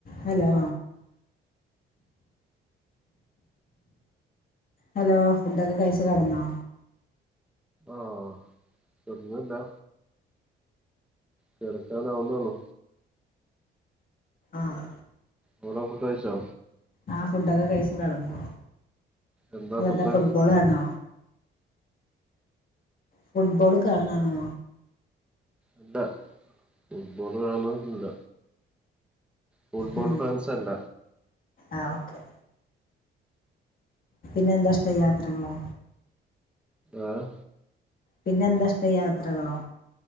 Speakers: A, on the left (about 45°); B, in the centre.
A: Hello hello ഫുഡൊക്കെ കഴിച്ച് കെടന്നോ
B: ആഹ കെട്ന്നില്ല കെടക്കാൻ ആവുന്നൊള്ളു
A: ആഹ്
B: ടോ ഫുഡഴിച്ചോ
A: ആഹ് ഫുഡൊക്കെ കഴിച്ച കടന്നു
B: എന്താ
A: നിങ്ങൾന്താ
B: ഫുഡ്
A: ഫുട്ബോൾ കാണോ ഫുട്ബോള് കാണാണോ
B: അല്ലാ ഫുട്ബോൾ കാണല്ല ഫുട്ബോൾ
A: ഉം
B: ഫാൻസ് അല്ല
A: ആഹ് ഓക്കെ പിന്നെ എന്താഷ്ടം യാത്രകളോ
B: ആഹ്
A: പിന്നെ എന്താഷ്ട്ടം യാത്രകളോ